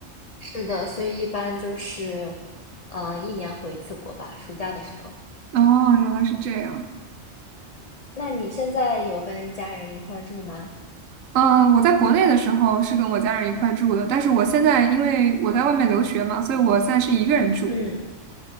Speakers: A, on the left (about 85°); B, on the right (about 85°).
A: 是的，所以一般就是，嗯，一年回一次国吧，暑假的时候。
B: 哦，原来是这样。
A: 那你现在有跟家人一块儿住吗？
B: 嗯，我在国内的时候是跟我家人一块住的，但是我现在因为我在外面留学嘛，所以我现在是一个人住。
A: 嗯，